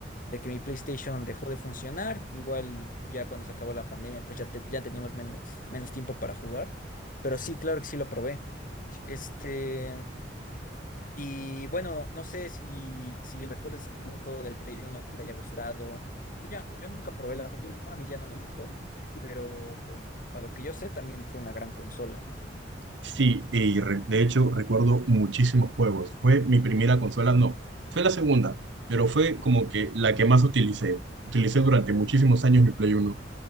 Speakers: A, on the left (about 50°); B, on the right (about 80°).
A: de que mi PlayStation dejó de funcionar. Igual ya cuando se acabó la pandemia, pues ya, te- ya teníamos menos, menos tiempo para jugar. Pero sí, claro que sí lo probé. Este, y bueno, no sé si, si recuerdas algún juego del Play Uno que te haya gustado. Yo, ya, yo nunca probé la Play 1, a mí ya no me tocó. Pero a lo que yo sé, también fue una gran consola, ¿no?
B: Sí, y re- de hecho recuerdo muchísimos juegos. Fue mi primera consola, no, fue la segunda, pero fue como que la que más utilicé. Utilicé durante muchísimos años mi Play Uno